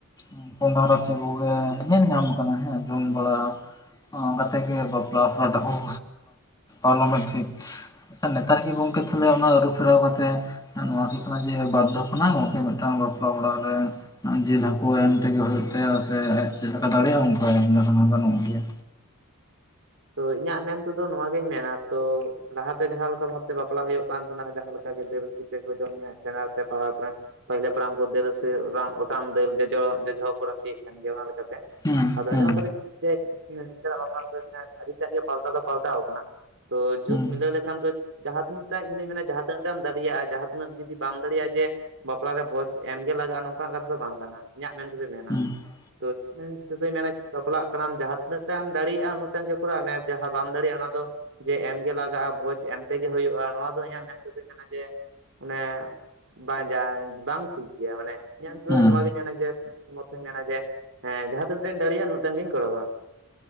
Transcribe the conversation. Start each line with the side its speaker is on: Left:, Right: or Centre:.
Left: ᱩᱸ ᱠᱚᱸᱰᱷᱟ ᱨᱟᱥᱮ ᱠᱚ ᱜᱮ ᱧᱮᱞ ᱧᱟᱢ ᱠᱟᱱᱟ ᱦᱮᱸ ᱡᱚᱢ ᱵᱟᱲᱟᱼᱼ ᱚᱝᱠᱟ ᱛᱮᱜᱮ ᱵᱟᱯᱞᱟ ᱦᱚᱸ ᱰᱚᱜᱽ ᱟᱨ ᱚᱱᱟᱜᱮ ᱴᱷᱤᱠ ᱟᱪᱪᱷᱟ ᱱᱮᱛᱟᱨ ᱜᱮ ᱜᱚᱝᱠᱮ ᱛᱟᱦᱞᱮ ᱚᱱᱟ ᱟᱹᱨᱩ ᱯᱷᱮᱨᱟᱣ ᱠᱟᱛᱮᱜ ᱟᱨ ᱱᱚᱶᱟ ᱠᱤ ᱠᱟᱱᱟ ᱡᱮ ᱵᱟᱨ ᱫᱷᱚᱯ ᱠᱷᱚᱱᱟᱜ ᱜᱚᱝᱠᱮ ᱢᱮᱫ ᱴᱟᱝ ᱵᱟᱯᱞᱟ ᱚᱲᱟᱜ ᱨᱮ᱾ ᱟᱸ ᱡᱤᱞ ᱦᱟᱠᱚ ᱮᱢ ᱛᱮᱜᱮ ᱦᱚᱭᱚᱜ ᱛᱟᱭᱟ ᱥᱮ ᱟᱡ ᱪᱮᱫ ᱞᱮᱠᱟ ᱫᱟᱲᱮᱭᱟᱜ-ᱟ ᱚᱱᱠᱟ ᱮᱢ ᱞᱮᱠᱷᱟᱱ ᱦᱚᱸ ᱜᱟᱱᱚᱜ ᱜᱮᱭᱟ᱾
Right: ᱛᱚ ᱤᱧᱟᱜ ᱢᱮᱱ ᱛᱮᱫᱚ ᱱᱚᱶᱟ ᱜᱤᱧ ᱢᱮᱱᱟ ᱛᱚ ᱞᱟᱦᱟ ᱛᱮ ᱡᱟᱦᱟᱸ ᱞᱮᱠᱟ ᱵᱷᱟᱵᱽ ᱛᱮ ᱵᱟᱯᱞᱟ ᱦᱚᱭᱚᱜ ᱠᱟᱱ ᱛᱮᱦᱮᱸᱱᱟ ᱡᱟᱦᱟᱸ ᱞᱮᱠᱟ ᱜᱮ ᱫᱟᱹᱞᱼᱼ <unintelligible> ᱠᱚ ᱡᱚᱢ ᱧᱩᱭᱮᱜ ᱛᱮᱦᱮᱱᱟ ᱥᱮᱛᱟ ᱵᱟᱯᱞᱟ ᱯᱟᱹᱦᱤᱞᱮ ᱯᱟᱲᱟᱢ ᱠᱚ ᱫᱟᱹᱞ ᱨᱟᱹᱥᱮ ᱵᱟᱝ ᱚᱴᱟᱝ ᱫᱟᱹᱞ ᱡᱚᱡᱚ ᱡᱚᱡᱚ ᱦᱚᱸ ᱠᱚ ᱨᱟᱥᱤ ᱭᱮᱫ ᱛᱟᱦᱮᱱ ᱜᱮᱭᱟ ᱚᱱᱟ ᱞᱮᱠᱟ‌ ᱛᱮ᱾
Left: ᱦᱩᱸ
Right: ᱟᱫᱚ ᱚᱧᱟ
Left: ᱦᱩᱸ
Right: ᱞᱮᱠᱟ ᱛᱮ <inaudible> ᱵᱟᱯᱞᱟ ᱨᱮ‌ᱫᱚ ᱮᱱᱛᱮᱜ ᱟᱰᱤᱴᱟᱜ ᱜᱮ ᱯᱟᱞᱴᱟᱣ ᱫᱚ ᱯᱟᱞᱴᱟᱣ ᱠᱟᱱᱟ᱾ ᱛᱚ ᱡᱩᱜᱽ
Left: ᱦᱩᱸ
Right: ᱢᱤᱞᱟᱹᱣ ᱞᱮᱠᱷᱟᱱ ᱫᱚ ᱡᱟᱦᱟᱸ ᱛᱤᱱᱟᱹᱜ ᱴᱟᱜ ᱤᱧ ᱫᱩᱧ ᱢᱮᱱᱟ ᱡᱟᱦᱟᱸ ᱛᱤᱱᱟᱹᱜ ᱴᱟᱜ ᱫᱟᱲᱤᱭᱟᱜ-ᱟ ᱡᱟᱦᱟᱸ ᱛᱤᱱᱟᱹᱜ ᱡᱩᱫᱤ ᱵᱟᱢ ᱫᱟᱲᱮᱭᱟᱜ-ᱟ ᱡᱮ ᱵᱟᱯᱞᱟ ᱨᱮ ᱵᱷᱚᱡᱽ ᱮᱢ ᱜᱮ ᱞᱟᱜᱟᱜ-ᱟ ᱱᱚᱝᱠᱟ ᱱᱟᱜ ᱠᱟᱛᱷᱟ ᱫᱚ ᱵᱟᱝ ᱠᱟᱱᱟ ᱤᱧᱟᱜ ᱢᱮᱱ ᱛᱮᱫᱚᱭ ᱢᱮᱱᱟ᱾
Left: ᱦᱩᱸ
Right: ᱛᱚ ᱤᱧ ᱛᱮᱫᱚᱧ ᱢᱮᱱᱟ ᱵᱟᱯᱞᱟᱜ ᱠᱟᱱᱟᱢ ᱡᱟᱦᱟᱸ ᱛᱤᱱᱟᱹᱜ ᱴᱟᱜ ᱛᱮᱢ ᱫᱟᱲᱤᱭᱟᱜ-ᱟ ᱩᱱᱟᱹᱜᱼᱼ ᱱᱟᱹᱝ ᱜᱮ ᱠᱚᱨᱟᱣ ᱢᱮ ᱡᱟᱦᱟᱸ ᱵᱟᱢ ᱫᱟᱲᱮᱤᱟᱜ- ᱟ ᱚᱱᱟ ᱫᱚᱼᱼ ᱡᱮ ᱮᱢ ᱜᱮ ᱞᱟᱜᱟᱜ-ᱟ ᱵᱷᱚᱡᱽ ᱮᱢ ᱛᱮᱜᱮ ᱦᱩᱭᱩᱜ-ᱟ ᱱᱚᱶᱟ ᱫᱚ ᱤᱧᱟᱜ ᱢᱮᱱ ᱛᱮᱫᱚᱧ ᱢᱮᱱᱟ ᱡᱮ ᱚᱱᱮᱼᱼ ᱵᱟ ᱡᱟᱝ ᱵᱟᱝ ᱴᱷᱤᱠ ᱜᱮᱭᱟ ᱢᱟᱱᱮ ᱤᱧᱟᱜ ᱮᱱ ᱛᱮᱫᱚᱧ
Left: ᱦᱩᱸ ᱦᱩᱸ
Right: ᱱᱚᱶᱟ ᱜᱤᱧ ᱢᱮᱱᱟ ᱡᱮᱼᱼ ᱛᱚ ᱚᱱᱟ ᱛᱮᱧ ᱢᱮᱱᱟ ᱡᱮ ᱦᱮᱸ ᱡᱟᱦᱟᱸ ᱛᱤᱱᱟᱹᱜ ᱴᱟᱝᱤᱧ ᱫᱟᱲᱤᱭᱟᱜ ᱩᱱᱟᱹᱜ ᱴᱟᱝ ᱜᱤᱧ ᱠᱚᱨᱟᱣᱟ᱾